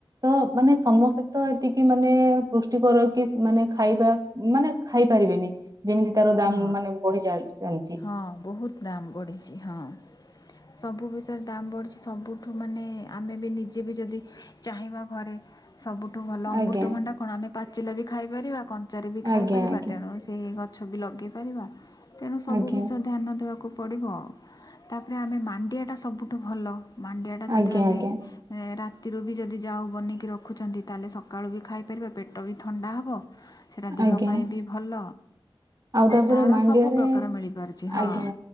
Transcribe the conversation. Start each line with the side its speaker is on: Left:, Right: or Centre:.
Right: ତ ମାନେ ସମସ୍ତେ ତ ଏତିକି ମାନେ ପୁଷ୍ଟିକର କିସ୍ ମାନେ ଖାଇବା ମାନେ ଖାଇ ପାରିବେନି ଯେମିତି ତାର ଦାମ
Left: ହଁ
Right: ମାନେ ବଢି ଚା ଚାଲିଛି।
Left: ହଁ ବହୁତ ଦାମ୍ ବଢ଼ିଛି ହଁ ସବୁ ବିଷୟରେ ଦାମ୍ ବଢ଼ିଛି ସବୁ ଠୁ ମାନେ ଆମେ ବି ନିଜେ ବି ଯଦି ଚାହିଁବା ଘରେ ସବୁଠୁ ଭଲ ଅମୃତଭଣ୍ଡା
Right: ଆଜ୍ଞା
Left: କଣ ଆମେ ପାଚିଲେ ବି ଖାଇପାରିବା କଞ୍ଚାରେ ବି ଖାଇପାରିବା।
Right: ଆଜ୍ଞା ଆଜ୍ଞା
Left: ତେଣୁ ସେ ଗଛ ବି ଲଗେଇ ପାରିବା ତେଣୁ ସବୁ
Right: ଆଜ୍ଞା
Left: ବିଷୟ ଧ୍ୟାନ ଦେବାକୁ କୁ ପଡ଼ିବ ଆ ତାପରେ ଆମେ ମାଣ୍ଡିଆଟା ସବୁଠୁ ଭଲ। ମାଣ୍ଡିଆଟା ଯଦି
Right: ଆଜ୍ଞା
Left: ଆମେ
Right: ଆଜ୍ଞା
Left: ରାତିରୁ ବି ଯଦି ଯାଉ ବନେଇକି ରଖୁଛନ୍ତି ତାହେଲେ ସକାଳୁ ବି ଖାଇ ପାରିଵ ପେଟ ବି ଥଣ୍ଡା ହେବ। ସେଇଟା
Right: ଆଜ୍ଞା
Left: ଦେହ ପାଇଁ ବି ଭଲ।
Right: ଆଉ ତାପରେ
Left: ତା'ର
Right: ମାଣ୍ଡିଆରେ
Left: ସବୁ ପ୍ରକାର ମିଳିପାରୁଛି ହଁ
Right: ଆଜ୍ଞା